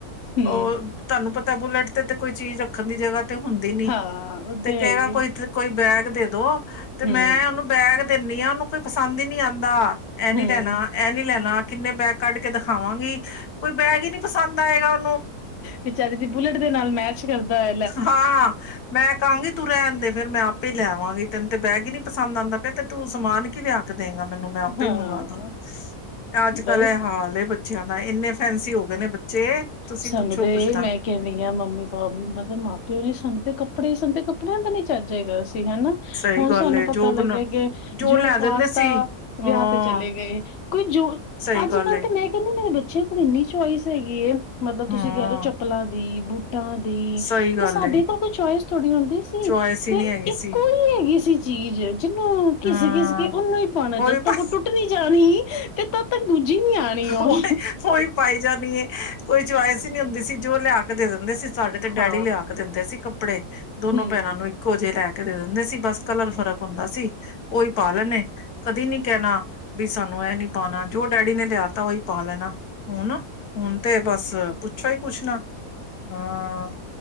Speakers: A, on the left (about 50°); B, on the left (about 80°).
A: ਹੂੰ,
B: ਉਹ ਤੁਹਾਨੂੰ ਪਤਾ ਬੁਲਟ ਤੇ ਕੋਈ ਚੀਜ਼ ਰੱਖਣ ਦੀ ਜਗ੍ਹਾ ਹੁੰਦੀ ਨੀ
A: ਹਾਂ ਉਹ
B: ਤੇ ਕੇਗਾ
A: ਹੈ ਹੀ ਏ
B: ਕੋਈ ਬੈਗ ਦੇ ਦੋ ਤੇ ਮੈਂ
A: ਹੂੰ,
B: ਉਹਨੂੰ ਬੈਗ ਦਿੰਦੀ ਆਂ ਉਹਨੂੰ ਕੋਈ ਪਸੰਦ ਹੀ ਨਹੀਂ ਆਉਂਦਾ। ਇਹ ਨੀ
A: ਹੂੰ।
B: ਲੈਣਾ ਇਹ ਨੀ ਲੈਣਾ ਕਿੰਨੇ ਬੈਗ ਕੱਢ ਕੇ ਦਿਖਾਵਾਂਗੀ ਕੋਈ ਬੈਗ ਹੀ ਨੀ ਪਸੰਦ ਆਏਗਾ ਓ
A: ਵਿਚਾਰੇ ਦੀ ਬੁਲੇਟ ਦੇ ਨਾਲ ਮੈਚ ਕਰਦਾ ਐ।
B: ਹਾਂ ਮੈਂ ਕਹਾਂਗੀ ਤੂੰ ਰਹਿਣ ਦੇ। ਫੇਰ ਮੈਂ ਆਪੇ ਹੀ ਲੈਵਾਂਗੀ ਤੈਨੂੰ ਤੇ ਬੇਗ ਹੀ ਨੀ ਪਸੰਦ ਆਂਦਾ ਪਿਆ ਤੇ ਤੂੰ ਸਮਾਨ ਕੀ ਦਿਆ ਦੇਗਾ ਮੈਨੂੰ ਮੈਂ ਆਪੇ
A: ਹਾਂ
B: ਮੰਗਾ ਲਾਂਗੀ ਅੱਜ
A: ਬਸ
B: ਕੱਲ ਇਹ ਹਾਲ ਐ ਬਚ ਬੱਚਿਆਂ ਦਾ ਇੰਨੇ ਫੈਸੀ ਹੋ ਗਏ ਨੇ ਬੱਚੇ ਤੁਸੀਂ
A: ਸਾਨੂੰ
B: ਪੁੱਛੋ
A: ਤੇ
B: ਕੁਛ ਨਾ
A: ਮੈਂ ਕਹਿੰਣੀ ਆ ਮੰਮੀ ਪਾਪਾ ਮਤਲਬ ਮਾਂ ਪਿਉ ਨੇ ਸਾਨੂੰ ਤੇ ਕੱਪੜੇ ਸਾਨੂੰ ਤੇ ਕੱਪੜਿਆਂ ਦਾ ਨੀ ਚੱਜ ਹੈਗਾ ਸੀ ਹਨਾ
B: ਸਹੀ
A: ਹੁਣ
B: ਗੱਲ
A: ਸਾਨੂੰ
B: ਏ,
A: ਪਤਾ
B: ਜੋ
A: ਲੱਗਿਆ
B: ਬਣਾ
A: ਕੀ ਜੋ
B: ਲੈ ਦਿੰਦੇ
A: ਪਾਤਾ
B: ਸੀ ਹਾਂ
A: ਵਿਆਹ ਤੇ ਚਲੇ ਗਏ ਕੋਈ ਜੋ
B: ਸਹੀ
A: ਅੱਜ
B: ਗੱਲ
A: ਕੱਲ
B: ਏ
A: ਤਾਂ ਮੈਂ ਕਹਿੰਦੀ ਮੇਰੇ ਬੱਚੇ ਬੱਚਿਆ ਕੋਲ ਇੰਨੀ ਚੁਆਇਸ ਹੈਗੀ ਏ। ਮਤਲਬ ਤੁਸੀਂ
B: ਹਾਂ
A: ਕਹਿ ਦੋ ਚੱਪਲਾਂ ਦੀ ਬੂਟਾਂ ਦੀ।
B: ਸਹੀ ਗੱਲ
A: ਤੇ ਸਾਡੇ
B: ਏ
A: ਕੋਲ ਕੋਈ ਚੁਆਈਸ ਥੋੜੀ ਹੁੰਦੀ ਸੀ
B: ਚੁਆਇਸ ਹੀ
A: ਤੇ
B: ਨਹੀਂ ਹੈਗੀ
A: ਇੱਕੋ
B: ਸੀ
A: ਹੀ ਹੈਗੀ ਸੀ। ਚੀਜ਼। ਜਿਹਨੂੰ
B: ਹਾਂ
A: ਘਿਸ ਘਿਸ ਕੇ ਓਹਨੂੰ ਹੀ ਪਾਣਾ
B: ਉਹੀ
A: ਜਦ ਤੱਕ
B: ਹਾਂ
A: ਉਹ ਟੁੱਟ ਨਹੀਂ ਜਾਣੀ ਤੇ ਤਦ ਤੱਕ ਦੂਜੀ ਨੀ ਆਣੀ ਉਹ।
B: ਉਹੀ ਉਹੀ ਪਾਈ ਜਾਣੀ ਏ ਕੋਈ ਚੁਆਇਸ ਹੀ ਨਹੀਂ ਹੁੰਦੀ ਸੀ ਜੋ ਲਿਆ ਕੇ ਦੇ ਦਿੰਦੇ ਸੀ। ਸਾਡੇ ਤੇ
A: ਹਾਂ
B: ਡੈਡੀ ਲਿਆ ਕੇ ਦਿੰਦੇ ਸੀ ਕੱਪੜੇ ਦੋਨੋ
A: ਹੂੰ
B: ਭੈਣਾਂ ਨੂੰ ਇੱਕੋ ਜਿਹੇ ਲੈ ਦੇ ਦਿੰਦੇ ਸੀ ਬਸ ਕਲਰ ਫਰਕ ਹੁੰਦਾ ਸੀ। ਓਹੀ ਪਾ ਲੈਣੇ ਕਦੀ ਨੀ ਕਹਿਣਾ ਵੀ ਸਾਨੂੰ ਇਹ ਨੀ ਪਾਣਾ ਜੋ ਡੈਡੀ ਨੇ ਲਿਆ ਤਾ ਉਹੀ ਪਾ ਲੈਣਾ। ਹੁਣ ਹੁਣ ਤੇ ਬਸ ਪੁੱਛੋ ਹੀ ਕੁਛ ਨਾ। ਹਾਂ।